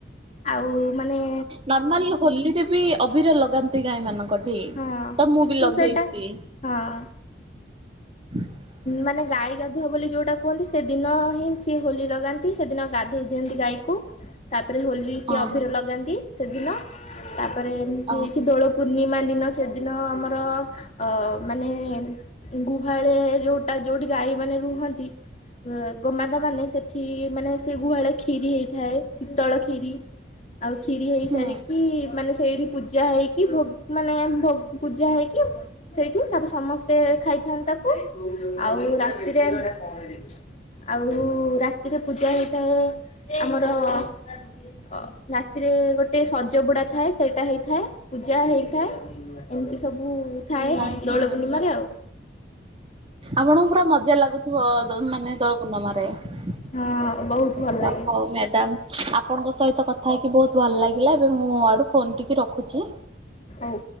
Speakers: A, on the left; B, on the right.
A: ଆଉ ମାନେ
B: ନର୍ମାଲି ହୋଲିରେ ବି ଅଭିର ଲଗାନ୍ତି ଗାଈମାନଙ୍କ ଠି
A: ହଁ
B: ତ ମୁଁ
A: କିନ୍ତୁ
B: ବି ଲଗେଇଚି।
A: ସେଇଟା ହଁ
B: ହଁ।
A: ମାନେ ଗାଈ ଗାଧୁଆ ବୋଲି ଯୋଉଟା କୁହନ୍ତି ସେଦିନ ହିଁ ସିଏ ହୋଲି ଲଗାନ୍ତି ସେଦିନ ଗାଧେଇ ଦିଅନ୍ତି ଗାଈକୁ। ତାପରେ ହୋଲି ସିଏ
B: ଓହୋ
A: ଅଭିର ଲଗାନ୍ତି ସେଦିନ ତାପରେ ଏମତି
B: ଓହୋ
A: ହେଇକି ଦୋଳ ପୂର୍ଣ୍ଣିମା ଦିନ ସେଦିନ ଆମର ଅ ମାନେ ଉଁ ଗୁ ହାଳେ ଯୋଉଟା ଯୋଉଠି ଗାଈମାନେ ରୁହନ୍ତି ଉଁ ଗୋମାତାମାନେ ସେ ଠି ମାନେ ସେଇ ଗୁହାଳେ କ୍ଷୀରି ହେଇଥାଏ ଶୀତଳ କ୍ଷୀରି। ଆଉ କ୍ଷୀରି ହେଇ
B: ହୁଁ
A: ସାରିକି ମାନେ ସେଇଠି ପୂଜା ହେଇକି ଭୋଗ୍ ମାନେ ଭୋଗ୍ ପୂଜା ହେଇକି ସେଇଠି ତାପରେ ସମସ୍ତେ ଖାଇଥାନ୍ତି ତାକୁ ଆଉ ରାତିରେ ଉଁ ଆଉ ରାତିରେ ପୂଜା ହେଇଥାଏ ଆମର ଅ ରାତିରେ ଗୋଟେ ସଜ ବୁଡା ଥାଏ ସେଇଟା ହେଇଥାଏ ପୂଜା ହେଇଥାଏ। ଏମତି ସବୁ ଥାଏ
B: ଓହୋ
A: ଦୋଳ ପୂର୍ଣ୍ଣିମାରେ ଆଉ।
B: ଆପଣଙ୍କୁ ପୁରା ମଜା ଲାଗୁଥୁବ ଦୋ ମାନେ ଦୋଳ ପୂର୍ଣ୍ଣମାରେ। ଓ
A: ହଁ ବହୁତ ଭଲ ଲାଗେ
B: ହଉ ମ୍ୟାଡାମ୍ ଆପଣଙ୍କ ସହିତ କଥା ହେଇକି ବୋହୁତ ଭଲ ଲାଗିଲା ଏବେ ମୁଁ ମୋ ଆଡୁ ଫୋନଟିକି ରଖୁଚି।
A: ହାଉ।